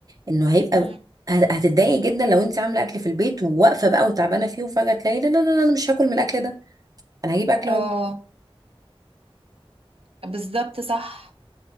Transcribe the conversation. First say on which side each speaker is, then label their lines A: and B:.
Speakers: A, on the right (about 40°); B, on the right (about 70°).
A: انه هيبقى
B: أمم.
A: هت- هتتضايق جدا لو انت عامله اكل في البيت وواقفه بقى وتعبانه فيه وفجاه تلاقي لا لا لا لا، انا مش هاكل من الاكل ده انا هجيب اكل
B: آه، بالظبط صح